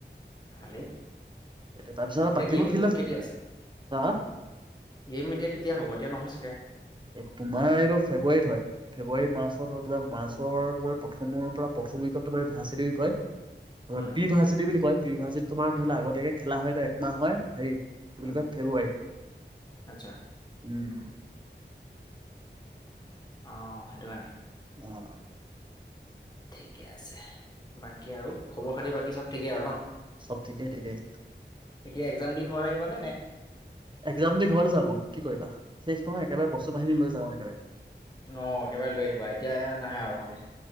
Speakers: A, on the left (about 20°); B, on the right (about 25°).
A: ভাল। <unintelligible>
B: এইটো তাৰপিছত। বাকীবোৰ
A: গেম
B: ফিল্ডত
A: কেতিয়া আছে।
B: চা
A: গেম এতিয়া কেতিয়া হ'ব এতিয়া নহয়। তাকে।
B: এ তোমাৰ এইটো ফেব্ৰুৱাৰীত হয়। ফেব্ৰুৱাৰী মাৰ্চত হয়তোবা মাৰ্চত। তোমাৰ প্ৰথমৰ পৰা প্ৰথম উইকত তোমাৰ ভাৰ্চিটি উইক হয়। তোমাৰ
A: উম
B: পি ভাৰ্চিটি বুলি কয়। প্ৰি ভাৰ্চিটি তোমাৰ ধৰি লোৱা আগতীয়াকে খেলা হয়। এইটো একমাহ হয় হেৰি। বুলি
A: উম
B: কয় ফেব্ৰুৱাৰী
A: আচ্ছা
B: উম।
A: অ সেইটো কাৰণে।
B: অহ।
A: ঠিকে আছে বাকী আৰু খবৰ খাতি বাকী চব ঠিকে আৰু ন
B: চব ঠিকেই ঠিকেই।
A: এতিয়া একজাম দি ঘৰ আহিবানে।
B: একজাম দি ঘৰলৈ যাম। আৰু কি কৰিবা শেষ নহয় একেবাৰে বস্তু বাহানি লৈ য। যাম আও একেবাৰে।
A: অ একেবাৰে লৈ আহিবা এতিয়া নাহা আৰু মানে।